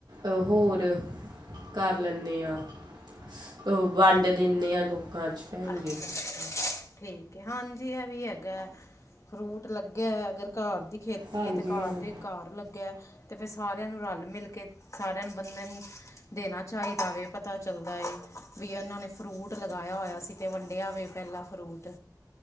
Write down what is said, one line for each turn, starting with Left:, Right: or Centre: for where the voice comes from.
Right: ਅ ਹੋਰ ਕਾਰ ਲੈਂਨੇ ਆ। ਸ, ਅ ਵਾੰਡ ਦੇਨੇ ਆ, ਲੋਕਾਂ ਚ। ਭੈਣ
Left: ਅੱਛਾ-ਅਛਾ,
Right: ਜੀ
Left: ਠੀਕ। ਕਿ ਹਾਂਜੀ ਐ ਵੀ ਹੈਗੈ, ਫਰੂਟ ਲੱਗੇਆ ਐ, ਅਗਰ ਘਾਰ ਦੀ ਖੇਤੀ
Right: ਹਾਂਜੀ
Left: ਏ, ਤੇ ਘਾਰ
Right: ਹਾਂਜੀ।
Left: ਦੇ ਘਾਰ ਲੱਗੇਐ, ਤੇ ਫੇਰ ਸਾਰੇਆਂ ਨੂੰ ਰਾਲ-ਮਿਲ ਕੇ ਸਾਰੇਆਂ ਨ ਬੰਦੇ ਨੂੰ ਦੇਨਾ ਚਾਈਦਾ ਵੇ, ਪਤਾ ਚੱਲਦਾ ਏ ਵੀ ਏਨਾਂ ਨੇ ਫਰੂਟ ਲਗਾਏਆ ਹੋਏਆ ਸੀ, ਤੇ ਵੰਡੇਆ ਵੇ ਪ੍ਹੈਲਾਂ ਫਰੂਟ।